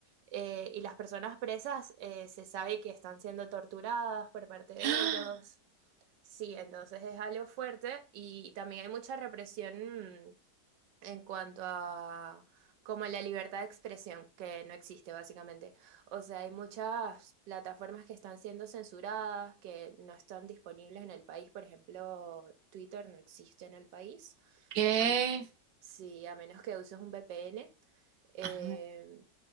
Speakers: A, on the right; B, on the right.
A: eh, y las personas presas eh, se sabe que están siendo torturadas por parte de
B: <gasps>
A: ellos. Sí, entonces es algo fuerte y también hay mucha represión mm, en cuanto a como la libertad de expresión, que no existe básicamente. O sea, hay muchas plataformas que están siendo censuradas, que no están disponibles en el país. Por ejemplo, Twitter no existe en el país.
B: ¿Qué?
A: Am- sí, a menos que uses un VPN. Eh,
B: Ajá.